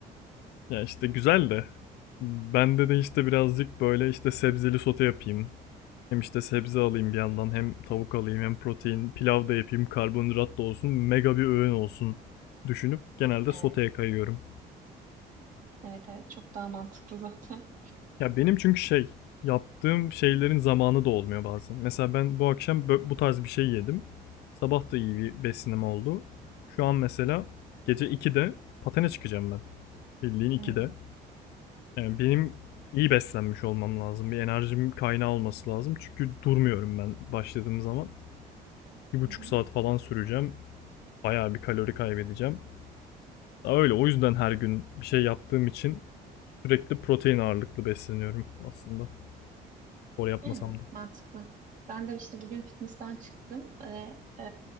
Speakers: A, on the left (about 75°); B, on the right (about 50°).
A: Ya işte güzel de bende de işte birazcık böyle işte sebzeli sote yapayım. Hem işte sebze alayım bir yandan hem tavuk alayım hem protein pilav da yapayım karbonhidrat da olsun mega bir öğün olsun düşünüp genelde soteye
B: Evet.
A: kayıyorum.
B: Evet evet çok daha mantıklı zaten.
A: Ya benim çünkü şey yaptığım şeylerin zamanı da olmuyor bazen. Mesela ben bu akşam bö- bu tarz bir şey yedim. Sabah da iyi bir besinim oldu. Şu an mesela gece 2'de patene çıkacağım ben. Bildiğin 2'de.
B: Hmm,
A: Yani benim iyi beslenmiş olmam lazım. Bir enerjim kaynağı olması lazım. Çünkü durmuyorum ben başladığım zaman. Bir buçuk
B: hı hı.
A: saat falan süreceğim. Bayağı bir kalori kaybedeceğim. Daha Öyle. O yüzden her gün bir şey yaptığım için sürekli protein ağırlıklı besleniyorum aslında. Spor yapmasam
B: Yani
A: da.
B: mantıklı. Ben de işte bugün fitness'ten çıktım ve e,